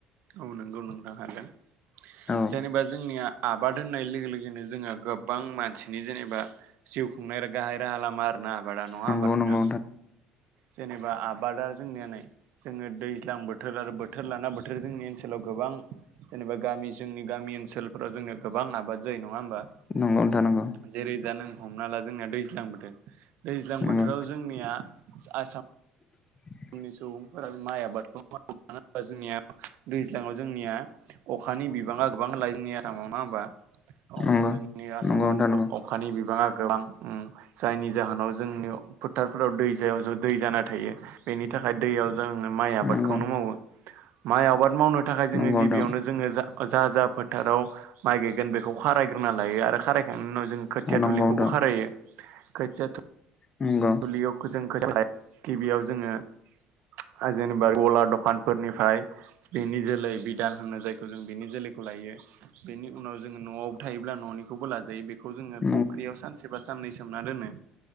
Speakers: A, on the right; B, on the left.
A: औ नंगौ नोंथां हादों
B: औ
A: जेनेबा जोंनिया आबाद होन लोगो लोगोनो जोंहा गोबां मानसिनि जेनेबा जिउ खुंनाय गाहाय राहा लामा जोंना आबादा नङा
B: नंगौ
A: होमबा नोंथां
B: नंगौ
A: जेनेबा आबादा जोंनिया नै जोङो दैज्लां बोथोर आरो बोथोर लाना बोथोर जोंनि ओनसोलाव गोबां जेनेबा गामि जोंनि गामि ओनसोलफोराव जोंनिया गोबां आबाद जायो नङा होमबा?
B: नंगौ नंथां नांगौ
A: जेरै दा नों हमना ला जोंनिया दैज्लां बोथोर दैज्लां
B: नंगौ
A: बोथोराव जोंनिया आसाम
B: <inaudible>
A: जोंनि सुबुंफोरा माइ आबादखौ मावो मानो होनबा जोंनिया दैज्लाङाव जोंनिया अखानि बिबाङा गोबां लायो जोंनि आसामाव नङा होमबा
B: नंगौ
A: जोंनि आसामाव
B: नंगौ नोंथां
A: अखानि बिबाङा गोबां उम जायनि जाहोनाव जोंनि फोथारफोराव दै जायाव ज' दै जाना थायो। बेनि थाखाय दैयाव जोंनो माइ आबादखौनो
B: नंगौ
A: मावो माइ आबाद मावनो थाखाय जोङो
B: नंगौ
A: गिबियावनो
B: नंगौ
A: जोङो जा जा जा फोथाराव माइ गायगोन बेखौ खारायग्रोना लायो आरो खारायखांनायनि उनाव जों
B: नोंथां
A: खोथिया थुलिखौबो खारायो खोथिया थु
B: नोंगौ
A: <unintelligible> गिबियाव जोङो <unintelligible> गला दखानफोरनिफ्राय बेनि जोलै बिधान होनो जायखौ जों बेनि जोलैखौ लायो। बेनि उनाव जोङो न'आवबो थायोब्ला न'निखौबो लाजायो बे खौ जोड़ो
B: नंगौ
A: फुख्रियाव सानसे बा साननै सोमना दोनो